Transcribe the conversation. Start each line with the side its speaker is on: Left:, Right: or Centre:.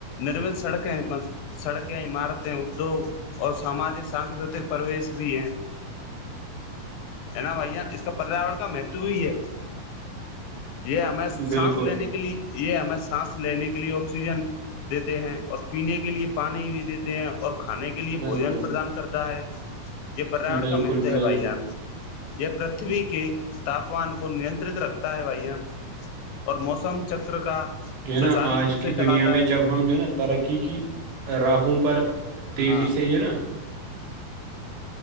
Left: نرمت سڑکیں ہیں سڑکیں عمارتیں ادیوگ اور ساماجک سانسکرتک پرویش بھی ہے ہے نا بھائی جان اس کا پریاورن کا مہتو بھی ہے یہ ہمیں
Right: بالکل
Left: سانس لینے کے لیے یہ ہمیں سانس لینے کے لیے آکسیجن دیتے ہیں اور پینے کے لیے پانی بھی دیتے ہیں اور کھانے کے کے لیے
Right: بالکل
Left: بوجن پردان کرتا ہے یہ پریا
Right: بالکل
Left: کا مہتو
Right: ب
Left: ہے بھائی جان یہ پرتھوی کے تاپمان کو نیترت رکھتا ہے بھائی ہم ہم اور موسم چکر کا
Right: جو ہے نا
Left: سچارو
Right: آج
Left: روپ
Right: کی
Left: سے چلاتا
Right: دنیا میں
Left: ہے
Right: جب ہم جو ہے نا ترقی کی راہوں پر تیزی
Left: ہاں
Right: سے جو ہے نا